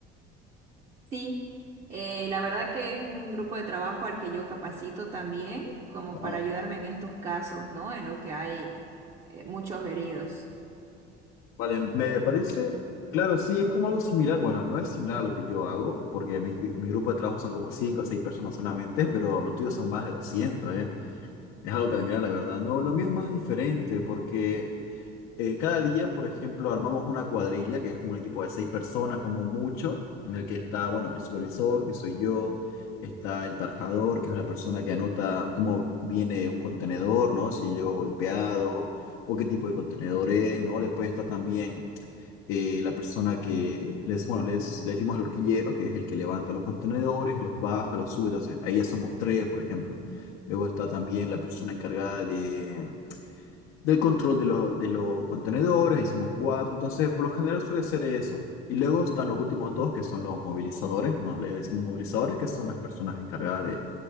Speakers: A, on the right; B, on the left.
A: Sí, eh, la verdad que es un grupo de trabajo al que yo capacito también, como
B: wow.
A: para ayudarme en estos casos, ¿no? En lo que hay eh, muchos heridos.
B: Vale, me parece, claro, sí, es como algo similar, bueno, no es similar a lo que yo hago, porque mi, mi grupo de trabajo son como 5 o 6 personas solamente, pero los tuyos son más de doscientos ¿eh? Es algo que admirar, la verdad. No, lo mío es más diferente, porque eh, cada día, por ejemplo, armamos una cuadrilla, que es como un equipo de 6 personas, como mucho, en el que está, bueno, el supervisor, que soy yo, está el tarjador, que es la persona que anota cómo viene un contenedor, ¿no? Si llegó golpeado o qué tipo de contenedor es, ¿no? Después está también eh, la persona que les, bueno, les, le decimos el horquillero, que es el que levanta los contenedores, los baja, los sube, entonces ahí ya somos tres, por ejemplo. Luego está también la persona encargada de, del control de, los de los contenedores, y somos cuatro, entonces por lo general suele ser eso. Y luego están los últimos dos, que son los movilizadores, bueno, les decimos movilizadores, que son las personas encargadas de